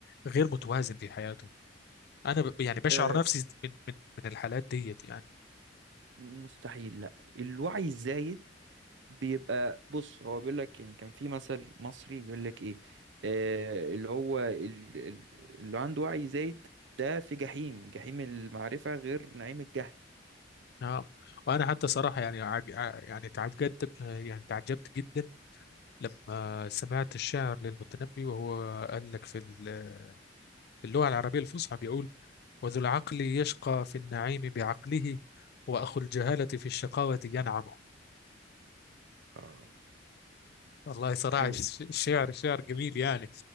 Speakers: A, on the left (about 60°); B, on the right (about 70°).
A: غير متوازن في حياته انا ب- يعني بشعر
B: آه،
A: نفسي من من من الحالات ديت يعني
B: مستحيل لا الوعي الزايد بيبقى بص هو بيقول لك يعني كان في مثل مصري بيقول لك ايه آه اللي هو ال- ال- اللي عنده وعي زايد ده في جحيم جحيم المعرفة غير نعيم الجهل
A: نعم وانا حتى صراحه يعني عج- يعني تعجبت يعني تعجبت جدا لما سمعت الشعر للمتنبي وهو قال لك في ال- في اللغه العربيه الفصحى بيقول وذو العقل يشقى في النعيم بعقله واخو الجهاله في الشقاوه ينعم
B: آه
A: والله صراحة
B: حلو
A: الش- الشعر شعر جميل يعني